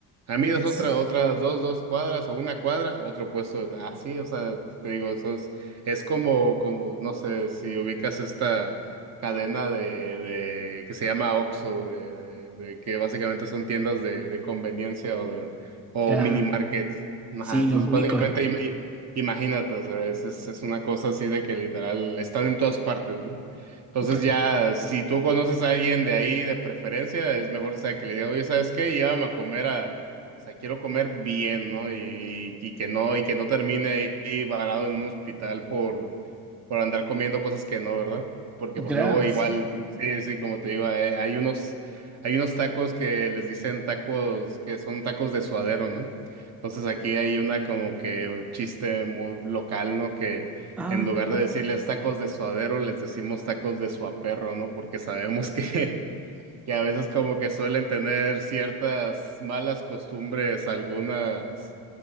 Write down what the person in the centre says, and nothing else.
Sí,
claro.
Sí,
los ubico.
Claro,
claro.
Ah,